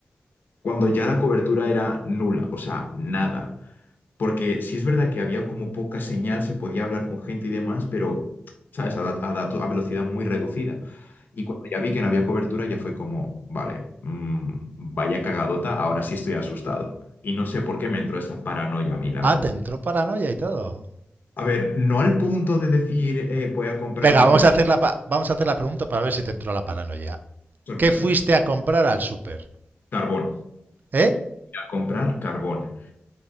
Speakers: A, on the left; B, on the right.
A: Cuando ya la cobertura era nula, o sea, nada. Porque sí es verdad que había como poca señal, se podía hablar con gente y demás, pero, ¿sabes? A, da- a dato- a velocidad muy reducida. Y cuando ya vi que no había cobertura, ya fue como, vale, mm, vaya cagadota, ahora sí estoy asustado. Y no sé por qué me entró esa paranoia a mí, la
B: Ah,
A: verdad.
B: te entró paranoia y todo.
A: A ver, no al punto de decir, eh, voy a comprar
B: Venga,
A: papel.
B: vamos
A: hig-
B: a hacer la, pa- vamos a hacer la pregunta para ver si te entró la paranoia.
A: Sorpréndeme.
B: ¿Qué fuiste a comprar al súper?
A: Carbón. Voy
B: ¿Eh?
A: a comprar carbón.